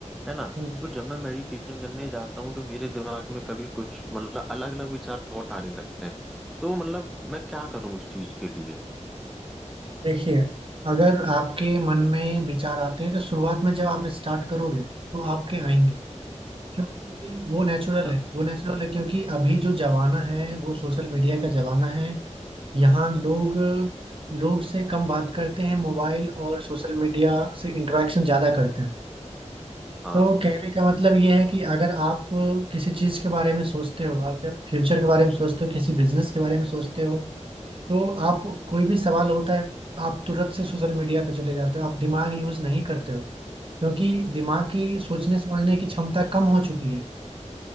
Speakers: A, in the centre; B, on the right.
A: है ना
B: हम्म।
A: तो जब मैं मेडिटेशन करने जाता हूँ तो मेरे दिमाग में कभी कुछ मतलब अलग अलग विचार थॉट आने लगते हैं तो मतलब मैं क्या करूँ उस चीज के लिए
B: देखिए अगर आपके मन में विचार आते हैं तो शुरुआत में जब आप स्टार्ट करोगे तो आपके आएंगे क्योंकि वो नेचुरल
A: हाँ
B: है वो नेचुरल है क्योंकि अभी जो जमाना है वो सोशल मीडिया का जमाना है यहाँ लोग लोग से कम बात करते हैं मोबाइल और सोशल मीडिया से इंटरेक्शन ज़्यादा करते हैं
A: हाँ
B: तो कहने का मतलब ये है कि अगर आप किसी चीज के बारे में सोचते हो आप फ्यूचर के बारे में सोचते हो किसी बिजनेस के बारे में सोचते हो तो आप कोई भी सवाल होता है आप तुरंत से सोशल मीडिया पे चले जाते हो आप दिमाग यूज नहीं करते हो क्योंकि दिमाग की सोचने समझने की क्षमता कम हो चुकी है